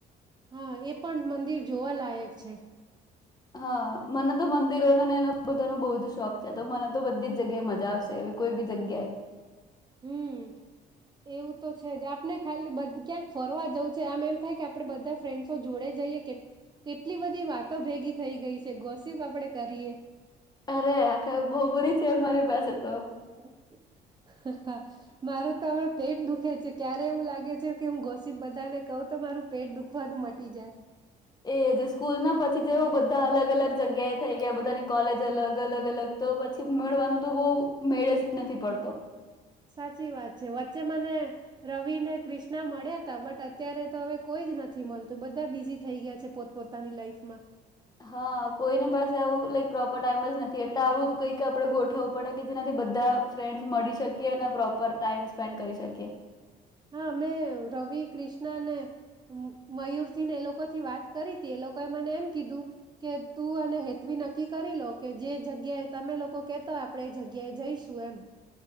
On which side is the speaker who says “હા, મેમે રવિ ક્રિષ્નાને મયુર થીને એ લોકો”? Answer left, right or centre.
Right